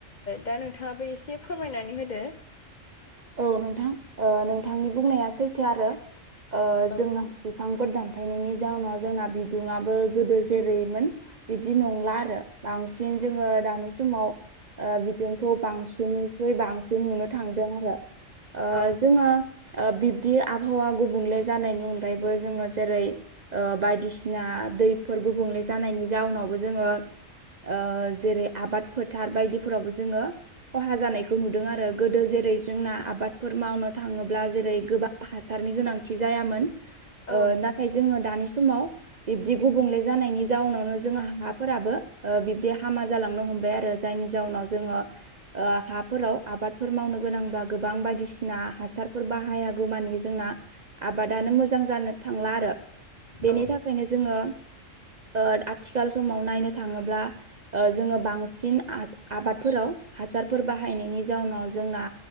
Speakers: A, on the left; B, on the right.
A: दा नोंथाङाबो एसे फोरमायनानै होदो
B: औ नोंथां ओ नोंथांनि बुंनाया सैथो आरो ओ
A: औ
B: जोंनाव बिफांफोर दानफायनायनि जाउनाव जोंना बिदुङाबो गोदो जेरैमोन बिब्दि नंला आरो बांसिन जोङो दानि समाव ओ बिदुंखौ बांसिननिखुइ बांसिन नुनो थांदों आरो ओ
A: औ
B: जोङो ओ बिब्दि आबहावा गुबुंले जानायनि अनगायैबो जोङो जेरै ओ बायदिसिना दैफोर गुबुंले जानायनि जाउनावबो जोङो ओ जेरै आबाद फोथार बायदिफोरावबो जोङो खहा जानायखौ नुदों आरो गोदो जेरै जोंना आबादफोर मावनो थाङोब्ला जेरै गोबां हासारनि गोनांथि जायामोन
A: औ
B: ओ नाथाय जोङो दानि समाव बिब्दि गुबुंले जानायनि जाउनाव जोंहा हाफोराबो बिबदि हामा जालांनो हमबाय आरो जायनि जाहोनाव जोङो हाफोराव आबादफोर मावनो गोनां बा गोबां बायदिसिना हासारफोर बाहायागौमानि जोंना आबादानो मोजां जानो थांला आरो बेनि
A: औ
B: था खायनो जोङो ओ आथिखाल समाव नायनो थाङोब्ला ओ जोङो बांसिन आ-आबादफोराव हासारफोर बाहायनायनि जाउनाव जोंना